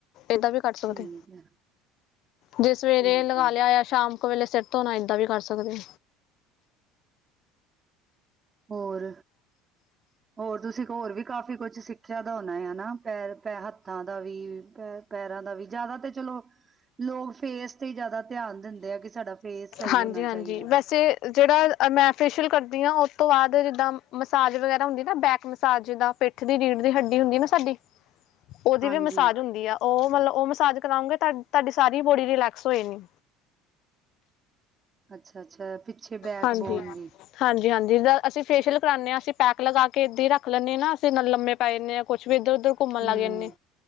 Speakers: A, on the left; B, on the right.
A: ਇੱਦਾਂ ਵੀ ਕੱਟ ਸਕਦੇ
B: ਠੀਕ ਹੈ
A: ਜੇ ਸਵੇਰੇ
B: ਠੀਕ
A: ਲਗਾ
B: ਹੈ
A: ਲਿਆ ਹੋਇਆ ਸ਼ਾਮ ਇੱਕ ਵੇਲੇ ਸਿੱਟ ਹੋਣਾ ਇੱਦਾਂ ਵੀ ਕਰ ਸਕਦੇ
B: ਹੋਰ ਹੋਰ ਤੁਸੀਂ ਹੋਰ ਵੀ ਕਾਫ਼ੀ ਕੁਛ ਸਿੱਖਿਆ ਦਾ ਹੋਣਾ ਹੈ ਨਾ ਪੈਰ ਪ ਹੱਥਾਂ ਦਾ ਵੀ ਪ ਪੈਰਾਂ ਦਾ ਵੀ ਜ਼ਿਆਦਾ ਤੇ ਚਲੋ ਲੋਕ ਫੇਸ ਤੇ ਹੀ ਜ਼ਿਆਦਾ ਧਿਆਨ ਦਿੰਦੇ ਆ ਕਿ ਸਾਡਾ ਫੇਸ ਸਹੀ
A: ਹਾਂਜੀ-ਹਾਂਜੀ
B: ਹੋਣਾ ਚਾਹੀਦਾ
A: ਵੈਸੇ ਜਿਹੜਾ ਮੈਂ ਫੇਸ਼ਅਲ ਕਰਦੀ ਹਾਂ ਉਹ ਉਸ ਤੋਂ ਬਾਅਦ ਜਿੱਦਾਂ ਮਸਾਜ ਵਗੈਰਾ ਹੁੰਦੀ ਨਾ ਬੈਕ ਮਸਾਜ ਜਿੱਦਾਂ ਪਿੱਠ ਦੀ ਰੀੜ ਦੀ ਹੱਡੀ ਹੁੰਦੀ ਨਾ ਸਾਡੀ ਉਹਦੀ
B: ਹਾਂਜੀ
A: ਵੀ ਮਸਾਜ ਹੁੰਦੀ ਆ ਉਹ ਮਤਲਬ ਉਹ ਮਸਾਜ ਕਰਾਉਂਗੇ ਤੁਹਾ ਤੁਹਾਡੀ ਸਾਰੀ ਬੋਡੀ ਰਿਲੈਕਸ ਹੋਏ ਨੇ
B: ਅੱਛਾ ਅੱਛਾ ਪਿੱਛੇ ਬੈਕ
A: ਹਾਂਜੀ
B: ਬੋਨ ਦੀ
A: ਹਾਂਜੀ ਹਾਂਜੀ ਜਿੱਦਾਂ ਅਸੀਂ ਫੇਸ਼ੀਅਲ ਕਰਾਦੇ ਹਾਂ ਅਸੀਂ ਪੈਕ ਲਗਾ ਕੇ ਇਏਾਂ ਹੀ ਰੱਖ ਲੈਂਦੇ ਹਾਂ ਨਾ ਅਸੀਂ ਨਾਲ ਲਮੇ ਪੈ ਲੈਂਦੇ ਹਾਂ ਕੁਛ ਫ ਇਧਰ ਉੱਧਰ ਘੁੰਮਣ
B: ਹਮ
A: ਲੱਗ ਜਾਂਦੇ